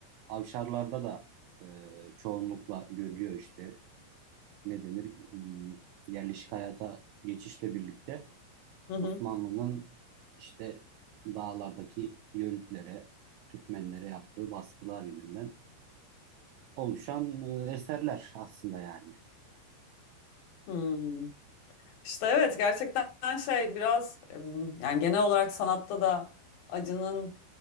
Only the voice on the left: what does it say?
Hı hı.
Hmm. İşte evet gerçekten şey biraz em, yani genel olarak sanatta da acının